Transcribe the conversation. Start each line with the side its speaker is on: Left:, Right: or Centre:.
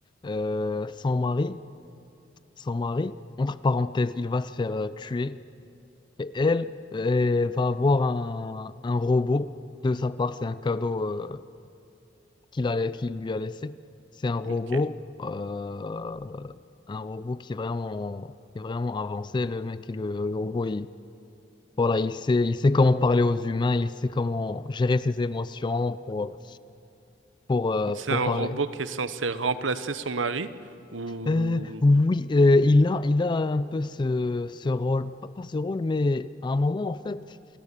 Left: euh, son mari, son mari, entre parenthèses, il va se faire euh, tuer. Et elle, elle va avoir un, un robot. De sa part, c'est un cadeau euh, qu'il a, qu'il lui a laissé. C'est un robot,
Right: ok.
Left: euh, un robot qui est vraiment, qui est vraiment avancé. Le mec, le, le robot, voilà, il sait, il sait comment parler aux humains, il sait comment gérer ses émotions pour, pour, euh,
Right: C'est
Left: pour
Right: un
Left: parler.
Right: robot qui est censé remplacer son mari ou...
Left: Euh, oui, euh, il a, il a un peu ce, ce rôle, pas, pas ce rôle, mais à un moment, en fait,